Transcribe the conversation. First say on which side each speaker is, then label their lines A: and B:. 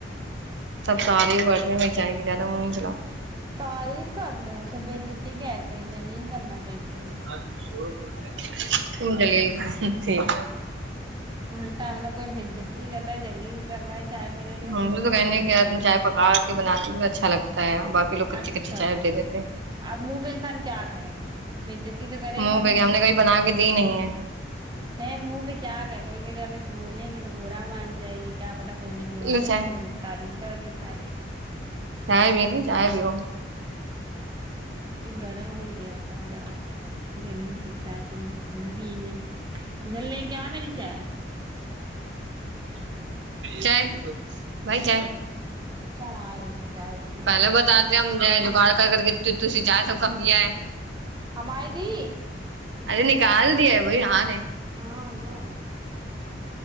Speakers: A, on the right; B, on the right.
A: سارے ہی کرتے میں <unintelligible>
B: تعریف کرتے ہیں اسے بجتی گ <unintelligible>
A: <unintelligible> ٹھیک
B: اللٹا مطلب کوئی بج کرتا ہے جلدی کر رہا ہے چائے کو لے گ
A: ہم لوگ
B: کو
A: تو کہنے
B: تعریف
A: کہ یار
B: ہوگی
A: تم چائے پکا کے بناتی بھی اچھا لگتا ہے باقی لوگ کچی
B: اچھا
A: کچی چائے
B: لگ
A: دے دیتے تھے
B: اب منہ پہ انسان کیا کہے گا بتی تو کرے
A: منہ
B: گا نہیں
A: پہ ہم نے کبھی بنا کے دی نہیں ہے
B: منہ پہ کیا گہے گا کہ اب ایک بولیں گ تو برا مان جائے گی کیا پتا کونے میں رونے
A: لو چائے
B: لگے تو وہ تعریف کر دیتا ہے
A: چائے بھی نہیں چائے پیو
B: اتنی گرم ہوئی ہےت ذرا انی گرمی میں سب چائے پی ہم بھی پیئیں گے ادھر لے کے آ میری چائے
A: چائے بھائی جائے
B: اچھا ہمارے روپے چاہ رہے
A: پہلے بتاتے ہم ج جگاڑ کر کر کے تسی جائے سب کا کیا ہے
B: ہماری دی
A: ارے نکال دیا بی ہ
B: ہاں تو